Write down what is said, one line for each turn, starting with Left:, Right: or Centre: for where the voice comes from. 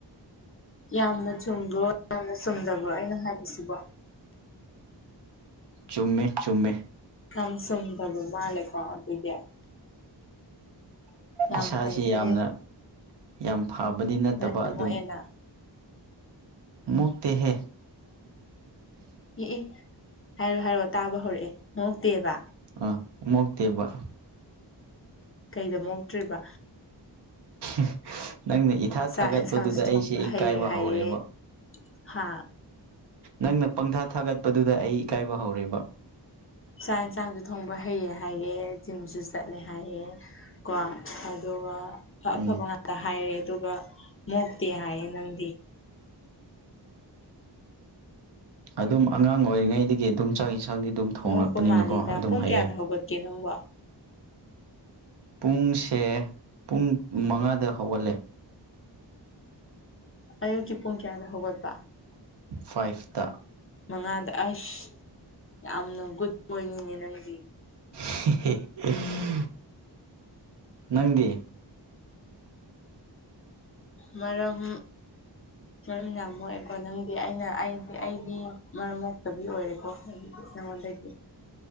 Left: ꯌꯥꯝꯅ ꯆꯨꯝꯕ꯭ꯔꯣ ꯌꯥꯝꯅ ꯆꯨꯝꯗꯕ꯭ꯔꯣ ꯑꯩꯅ ꯍꯥꯏꯁꯤꯕꯣ
Right: ꯆꯨꯝꯃꯦ ꯆꯨꯝꯃꯦ
Left: ꯀꯝ ꯁꯨꯝꯗꯕ ꯃꯥꯜꯂꯦꯀꯣ ꯑꯗꯨꯗꯤ꯫ ꯌꯥꯝ
Right: ꯏꯁꯥꯁꯤ
Left: ꯐꯩꯅꯦ
Right: ꯌꯥꯝꯅ ꯌꯥꯝ ꯐꯕꯗꯤ ꯅꯠꯇꯕ
Left: ꯃꯌꯥꯝ
Right: ꯑꯗꯨꯝ
Left: ꯃꯣꯛꯑꯦꯅ
Right: ꯃꯛꯇꯤ ꯍꯦ
Left: ꯌꯦꯑ ꯍꯥꯏꯔꯣ ꯍꯥꯏꯔꯑꯣ ꯇꯥꯕ ꯍꯧꯔꯛꯑꯦ ꯃꫭꯛꯇꯦꯕ
Right: ꯑ ꯃꯣꯛꯇꯦꯕ
Left: ꯀꯩꯗ ꯃꯣꯛꯇ꯭ꯔꯤꯕꯥ
Right: <inaudible> ꯅꯪꯅ ꯏꯊꯥ
Left: ꯆꯥꯛ
Right: ꯊꯥꯒꯠꯄꯗꯨꯗ
Left: ꯑꯦꯟꯁꯥꯡꯁꯨ ꯊꯣꯡꯕ
Right: ꯑꯩꯁꯦ ꯏꯀꯥꯏꯕ
Left: ꯍꯩꯔꯦ ꯍꯥꯏꯔꯦ
Right: ꯍꯧꯔꯦꯕꯥ
Left: ꯍꯥ
Right: ꯅꯪꯅ ꯄꯪꯊꯥ ꯊꯥꯒꯠꯄꯗꯨꯗ ꯑꯩ ꯏꯀꯥꯏꯕ ꯍꯧꯔꯦꯕ
Left: ꯆꯥꯛ ꯏꯟꯁꯥꯡꯁꯨ ꯊꯣꯡꯕ ꯍꯩꯌꯦ ꯖꯤꯝꯁꯨ ꯆꯠꯂꯦ ꯍꯥꯏꯑꯦ ꯀꯣ ꯑꯗꯨꯒ ꯑ
Right: ꯎꯝ
Left: ꯑꯐꯕ ꯉꯥꯛꯇ ꯍꯥꯏꯔꯦ ꯑꯗꯨꯒ ꯃꯣꯛꯇꯦ ꯍꯥꯏꯌꯦ ꯅꯪꯗꯤ
Right: ꯑꯗꯨꯝ ꯑꯉꯥꯡ ꯑꯣꯏꯔꯤꯉꯩꯗꯒꯤ ꯑꯗꯨꯝ ꯆꯥꯛ ꯌꯦꯟꯁꯥꯡꯗꯤ ꯑꯗꯨꯝ ꯊꯣꯡꯂꯛꯄꯅꯤꯅꯀꯣ
Left: ꯃꯣꯛꯄꯥ ꯃꯥꯜꯂꯤꯗ
Right: ꯑꯗꯨꯝ
Left: ꯄꯨꯡ
Right: ꯍꯩꯌꯦ
Left: ꯀꯌꯥꯗ ꯍꯧꯒꯠꯀꯦ ꯅꯪꯕꯣ꯫
Right: ꯄꯨꯡꯁꯦ ꯄꯨꯡ ꯃꯉꯥꯗ ꯍꯧꯒꯠꯂꯦ
Left: ꯑꯌꯨꯛꯀꯤ ꯄꯨꯡ ꯀꯌꯥꯗ ꯍꯧꯒꯠꯄ
Right: ꯐꯥꯏꯐꯇꯥ
Left: ꯃꯉꯥꯗ ꯑꯁ ꯌꯥꯝꯅ ꯒꯨꯗ ꯕꯣꯏꯅꯤꯅꯦ ꯅꯪꯗꯤ꯫
Right: <unintelligible> ꯅꯪꯗꯤ
Left: ꯃꯔꯝ ꯃꯔꯝ ꯌꯥꯝ ꯃꯣꯛꯑꯦꯀꯣ ꯅꯪ ꯑꯩꯅ ꯑꯩꯗꯤ ꯑꯩꯒꯤ ꯃꯔꯝ ꯃꯣꯛꯇꯕꯤ ꯑꯣꯏꯔꯦꯀꯣ ꯑꯩꯗꯤ ꯅꯉꯣꯟꯗꯒꯤ